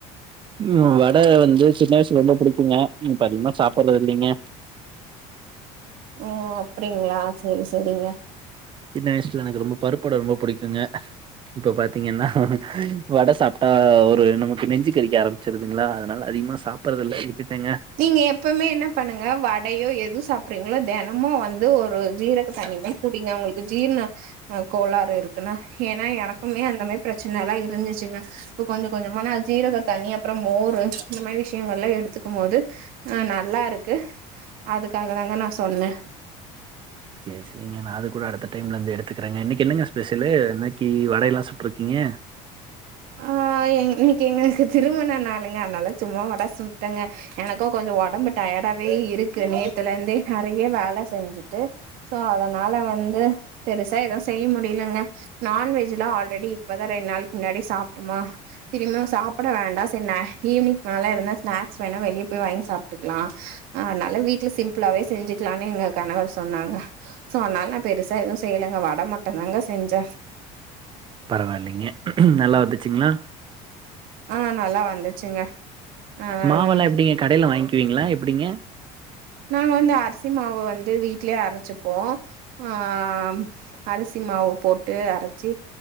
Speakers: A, on the right (about 35°); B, on the right (about 70°).
A: ம் வட வந்து சின்ன வயசுல இருந்து பிடிக்குங்க இப்ப அதிகமா சாப்ட்றது இல்லேங்க
B: ம் அப்டிங்களா செரி செரிங்க
A: சின்ன வயசுல எனக்கு ரொம்ப பருப்புவட ரொம்ப பிடிக்குங்க இப்ப பாத்தீங்கன்னா வட சாப்ட்டா ஒரு நமக்கு நெஞ்சு கரிக்க ஆரம் ச்சுறதுங்களா அதனால அதிகமா சாப்டுறது இல்ல விட்டுட்டேங்க
B: நீங்க எப்பவுமே என்ன பண்ணுங்க வடையோ எது சா அப்ரீங்களா தினமு வந்து ஒரு ஜீரக தன்னி மாரி குடிங்க உங்ளுக்கு ஜீர்ண அ கோளாறு இருக்குன்னா ஏன்னா எனக்குமே அந்த மாரி பிரச்சனல்லா இருந்துச்சுங்க இப்ப கொஞ்சொ கொஞ்சமா நா ஜீரக தண்ணி அப்ரோ மோரு இந்த மாரி விஷயங்கள் எல்லா எடுத்துக்கும் போது ஆ நல்லா இருக்கு அதுக்காக தாங்க நான் சொன்னே
A: சேரி சேரிங்க நா அது கூட அடுத்த டைம்ல இருந்து எடுத்துக்கறேங்க இன்னைக்கு என்னங்க ஸ்பெஷலு கீ வடையல்லா சுட்டுருக்கீங்க
B: ஆ இன்னைக்கு எங்களுக்கு திருமண நாளுங்க அதனால சும்மா வட சுட்டேங்க எனக்கு கொஞ்சொ உடம்பு டயர்டாவே இருக்கு நேத்துல இருந்தே நெறைய வேல செஞ்சுட்டு சோ அதனால வந்து பெருசா எது செய்ய முடியலுங்க நான்வெஜ் நான்வெஜ்லா ஆல்ரெடி இப்பதா ரெண்டு நாளைக்கு முன்னாடி சாப்ட்டுமா திருமியு சாப்பட வேண்டா சரி ஈவினிங் மேல இருந்தா ஸ்நாக்ஸ் வேணா வெளிய போய் வாங்கி சாப் க்கலா அதனால வீட்ல சிம்பிளாவே செஞ்சுக்கலானு எங்க கணவர் சொன்னாங்க சோ அதனால நா பெருசா எது செய்யலுங்க வட மட்டுந்தாங்க செஞ்சே
A: பரவாயில்லைங்க நல்லா வந்துச்சுங்களா
B: ஆ நல்லா வந்துச்சுங்க அம்
A: மாவெல்லா எப்டிங்க கடையில வாங்கிக்வீங்களா எப்டிங்க
B: ந வந்து அரிசி மாவு வந்து வீட்லயே அரைச்சுப்போ ஆம் அரிசி மாவு போட்டு அரைச்சி